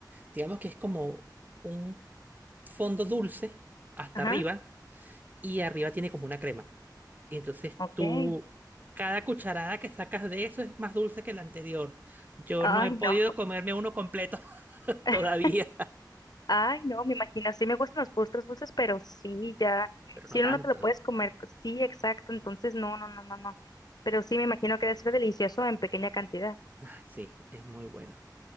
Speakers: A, on the right; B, on the left.
A: digamos que es como un fondo dulce hasta
B: ajá.
A: arriba y arriba tiene como una crema. Y entonces
B: Ok.
A: tú, cada cucharada que sacas de eso es más dulce que la anterior. Yo
B: Ay,
A: no he podido
B: no.
A: comerme uno completo <laughs>
B: <laughs>
A: todavía,
B: Ay, no, me imagino. Sí me gustan los postres dulces, pero sí, ya.
A: pero
B: Si
A: no
B: uno
A: tanto.
B: no te lo puedes comer. Sí, exacto. Entonces, no, no, no, no, no. Pero sí, me imagino que debe ser delicioso en pequeña cantidad.
A: Ah, Sí, es muy bueno.